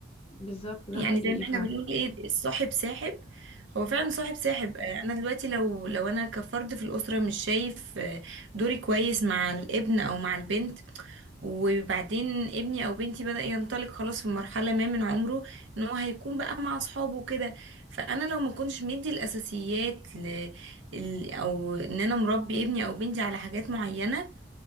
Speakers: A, on the left; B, on the right.
A: بالظبط ده
B: يعني
A: حقيقي
B: زي ما
A: فعلا
B: احنا بنقول ايه الصاحب ساحب هو فعلا صاحب ساحب آه، انا دلوقتي لو لو انا كفرد في الاسره مش شايف آه، دوري كويس مع الابن او مع البنت وبعدين ابني او بنتي بدأ ينطلق خلاص في مرحله ما من عمره ان هو هيكون بقى مع اصحابه وكده فانا لو ما كنتش مدي الاساسيات ل... ال- او ان انا مربي ابني او بنتي على حاجات معينه